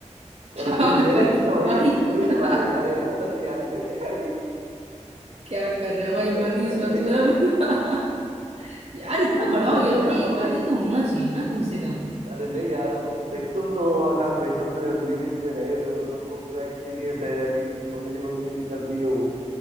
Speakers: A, on the right; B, on the right.
A: और
B: <laughs> क्या
A: अभी मेरी
B: कर
A: इच्छा हो रही
B: भाई
A: है कि कोई
B: <laughs>
A: तो आए अरे यार सच यार नहीं आई
B: क्या कर रहा है भाई
A: सच
B: मनीष
A: में अब तक
B: मतलब
A: नहीं आई है
B: <laughs>
A: यार
B: यार इतना
A: अब
B: बड़ा
A: मैं
B: हो
A: सच
B: गया
A: में
B: भाई
A: चाहता
B: एक
A: हूँ
B: आधी
A: कि को-
B: तो होना चाहिए ना कम से
A: अरे नहीं यार अब देख तुम तो आकाश भाई समझ रहे हो लिव इन में रहे हुए हो तुमको पूरा एक्सपीरियंस है अभी मंगनी मंगनी भी कर ली हो